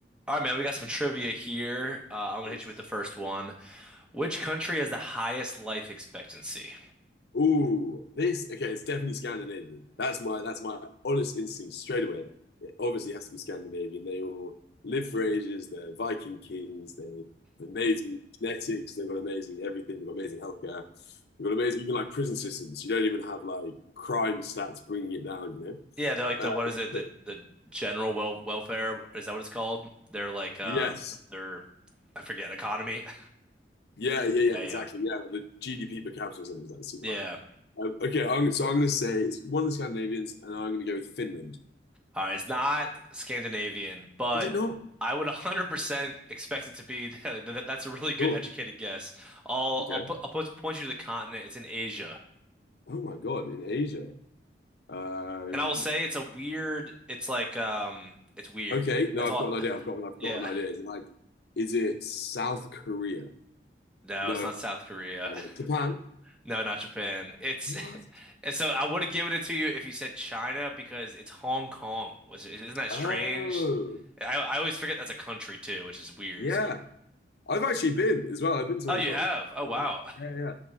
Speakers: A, in the centre; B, on the left.
A: All right, man, we got some trivia here. Uh, I'm gonna
B: Nice.
A: hit you with the first one. Which
B: Cool.
A: country has the highest life expectancy?
B: Ooh, this okay, it's definitely Scandinavian. That's my that's my honest instinct straight away. It obviously has to be Scandinavian. They all live for ages, they're Viking kings, they have amazing genetics, they've got amazing everything, they've got amazing healthcare, they've got amazing even like prison systems. You don't even have like crime stats bringing it down, you know?
A: Yeah, they're like
B: Uh,
A: the what is it? The
B: so-
A: the general well welfare is that what it's called? They're like uh
B: yes.
A: they're I forget economy. <laughs>
B: Yeah, yeah,
A: Yeah,
B: yeah, exactly.
A: yeah,
B: Yeah, the GDP per capita or something is like super
A: yeah.
B: high. Um, okay, I'm, so I'm going to say it's one of the Scandinavians, and I'm going to go with Finland.
A: All right, it's not Scandinavian, but
B: Is it not?
A: I would 100% expect it to be <laughs> that, that- that's a really good
B: Sure.
A: educated guess. I'll
B: Okay.
A: I'll put I'll put, point you to the continent. It's in Asia,
B: Oh my God, in Asia. Um,
A: and I will say it's a weird. It's like um, it's weird.
B: okay. No,
A: That's
B: I've
A: all.
B: got an idea. I've got I've
A: Yeah.
B: got an idea. Is it like, is it South Korea?
A: No,
B: No.
A: it's not South Korea.
B: I don't-
A: <laughs>
B: Japan?
A: No, not Japan. It's
B: What?
A: <laughs> so I would have given it to you if you said China because it's Hong Kong. Was it, isn't that
B: Oh,
A: strange? I I always forget that's a country too, which is weird.
B: yeah.
A: It's very-
B: I've actually been as well. I've been to
A: oh,
B: Hong
A: you
B: Kong.
A: have. Oh, wow.
B: Yeah, yeah.